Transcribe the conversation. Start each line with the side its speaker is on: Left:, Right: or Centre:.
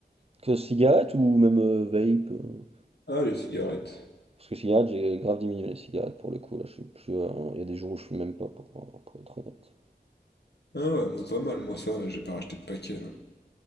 Right: Que cigarette ou même euh, vape? euh,
Left: Ah, les cigarettes.
Right: Parce que cigarette, j'ai grave diminué les cigarettes, pour le coup, là, je suis plus, euh, il y a des jours où je fume même pas, pour, pour être honnête.
Left: Ah ouais, moi pas mal, moi ça, là, j'ai pas racheté de paquet, là.